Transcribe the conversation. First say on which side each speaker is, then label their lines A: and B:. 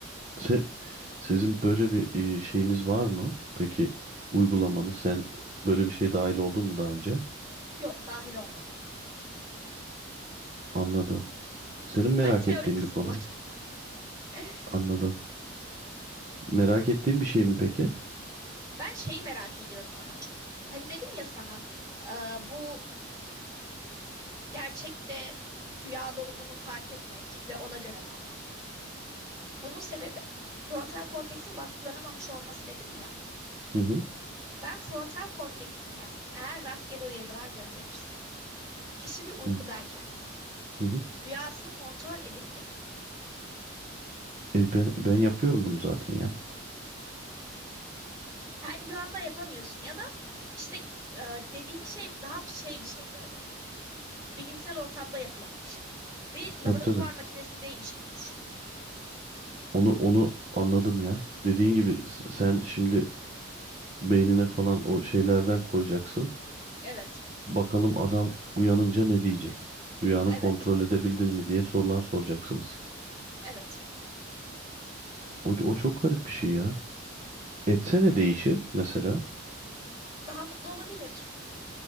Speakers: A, on the right; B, on the right.
A: Se- Sizin böyle bir e, şeyiniz var mı? Peki uygulamanız sen böyle bir şeye dahil oldun mu daha önce?
B: Yok, dahil olmadım.
A: Anladım. Senin
B: Ben
A: merak
B: teorik
A: ettiğin
B: kısmı
A: bir konu.
B: var. <laughs>
A: Anladım. Merak ettiğin bir şey mi peki?
B: Ben şeyi merak ediyorum daha çok. Hani dedim ya sana, e, bu gerçekte rüyada olduğunu fark etmek ve ona göre davranmak. Bunun sebebi frontal korteksin baskılanamamış olması dedim ya.
A: Hı hı.
B: Ben frontal korteksime eğer rastgele uyarılar gönderirsem, kişi bir uykudayken
A: Hı hı. hı.
B: rüyasını kontrol edebilirim.
A: E, ben ben yapıyorum bunu zaten ya.
B: Her rüyanda yapamıyorsun ya da işte e, dediğim şey daha şey bir şey böyle. Bilimsel ortamda yapılan bir şey. Bir laboratuvar
A: Tabii tabii.
B: makinesindeymiş gibi düşün.
A: Onu onu anladım ya. Dediğin gibi s- sen şimdi beynine falan o şeylerden koyacaksın.
B: Evet,
A: Bakalım adam uyanınca ne diyecek? Rüyanı
B: evet,
A: kontrol edebildin mi diye sorular soracaksınız.
B: evet.
A: O, o çok garip bir şey ya. Etse ne değişir mesela?
B: Daha mutlu olabilir.